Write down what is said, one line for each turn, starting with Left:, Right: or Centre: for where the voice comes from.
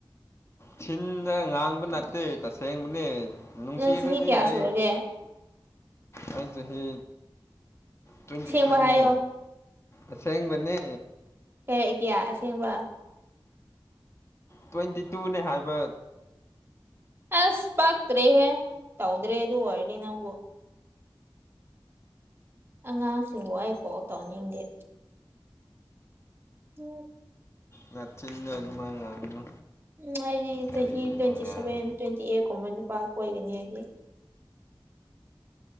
Left: ꯊꯤꯟꯗ ꯉꯥꯡꯕ ꯅꯠꯇꯦ ꯇꯁꯦꯡꯕꯅꯦ ꯅꯨꯡꯁꯤꯔꯕꯗꯤ
Right: ꯅꯪ ꯆꯍꯤ ꯀꯌꯥ ꯁꯨꯔꯒꯦ
Left: ꯑꯩ ꯑꯩꯅ ꯆꯍꯤ ꯇ꯭ꯋꯦꯟꯇꯤ
Right: ꯑꯁꯦꯡꯕ
Left: ꯇꯨꯅꯦ
Right: ꯍꯥꯏꯌꯣ
Left: ꯑꯁꯦꯡꯕꯅꯤ
Right: <unintelligible> ꯑꯁꯦꯡꯕ
Left: ꯇ꯭ꯋꯦꯟꯇꯤ ꯇꯨꯅꯦ ꯍꯥꯏꯕ
Right: ꯑꯁ ꯄꯛꯇ꯭ꯔꯦ ꯇꯧꯗ꯭ꯔꯦ ꯑꯗꯨ ꯑꯣꯏꯔꯗꯤ ꯅꯪꯕꯨ ꯑꯉꯥꯡꯁꯤꯡꯕꯨ ꯑꯩ ꯀꫭꯜ ꯇꯧꯅꯤꯡꯗꯦ ꯎꯝ
Left: ꯅꯆꯤꯟꯗꫭ ꯑꯗꯨꯃꯥꯏ ꯉꯥꯡꯒꯅꯨ
Right: ꯎꯝ ꯑꯩꯗꯤ
Left: ꯀꯔꯤ
Right: ꯆꯍꯤ ꯇ꯭ꯋꯦꯟꯇꯤ
Left: ꯑꯉꯥꯡ
Right: ꯁꯦꯚꯦꯟ ꯇ꯭ꯋꯦꯟꯇꯤ ꯑꯩꯠ ꯀꯨꯝꯕ ꯅꯨꯄꯥ ꯀꯣꯏꯒꯅꯤ ꯑꯩꯗꯤ